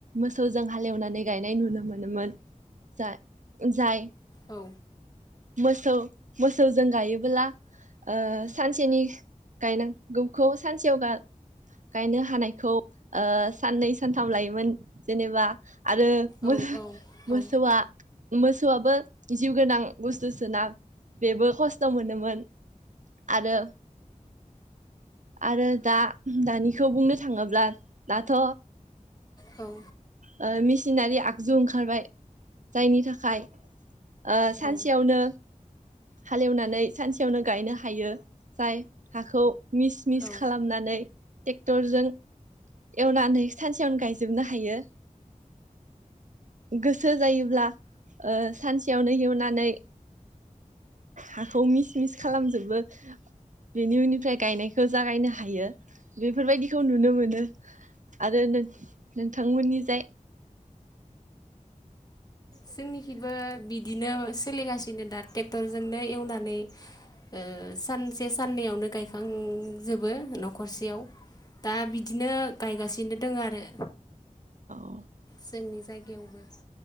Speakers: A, on the right (about 65°); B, on the left (about 30°).
A: मोसौजों हालेवनानै गायनाय नुनो मोनोमोन, जा जाय
B: औ
A: मोसौ मोसौजों गायोबोला ओ सानसेनि गायनांगौखौ सानसेयाव गा गायनो हानायखौ ओ साननै सानथाम लायोमोन जेनेबा, आरो मोस
B: औ औ
A: मोसौआ मोसौआबो जिउ गोनां, बुस्थु सोना बेबो खस्थ मोनोमोन आरो आरो दा दानिखौ बुंनो थाङोब्ला दाथ',
B: औ
A: ओ मेसिनारि आगजु ओंखारबाय जायनि थाखाय ओ सानसेयावनो
B: औ
A: हालेवनानै सानसेयावनो गायनो हायो जाय हाखौ मिस मिस
B: औ
A: खालामनानै ट्रेक्टरजों एवनानै सानसेयावनो गायजोबनो हायो। गोसो जायोब्ला ओ सानसेयावनो एवना नै हाखौ मिस मिस खालामजोबो बेनि उननिफ्राय, गायनायखौ जागायनो हायो बेफोरबायदि खौ नुनो मोनो आरो नों नोंथांमोननिजाय
B: जोंनिखिबो बिदिनो सोलिगासिनो दा ट्रेक्टर जोंनो एवनानै ओ सानसे साननैयावनो गायखांजोबो नखरसेयाव दा बिदिनो गायगासिनो दङ आरो।
A: औ
B: जोंनि जायगायावबो